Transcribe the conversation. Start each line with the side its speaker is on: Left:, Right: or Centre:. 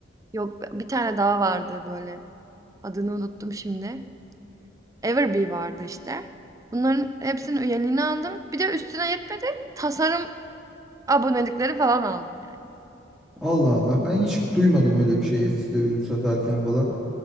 Right: Yok bir tane daha vardı böyle. Adını unuttum şimdi. Everbee vardı işte. Bunların hepsinin üyeliğini aldım. Bir de üstüne yetmedi. Tasarım abonelikleri falan aldım yani.
Centre: Allah Allah. Ben hiç duymadım öyle bir şey Etsy'de ürün satarken falan.